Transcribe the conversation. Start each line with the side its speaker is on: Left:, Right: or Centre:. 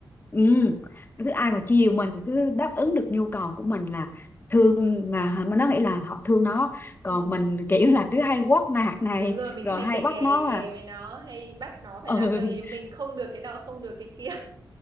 Left: ừ, cứ ai mà chiều mình cứ đáp ứng được nhu cầu của mình là thương mà nó nghĩ là họ thương nó
Right: <laughs>
Left: còn
Right: ừ.
Left: mình kiểu là cứ hay quát nạt này
Right: đúng rồi mình
Left: rồi
Right: hay
Left: hay
Right: kè
Left: bắt
Right: kè
Left: nó
Right: kè kè
Left: à
Right: với nó hay bắt nó phải
Left: ừ
Right: làm theo ý mình không được cái nọ không được cái kia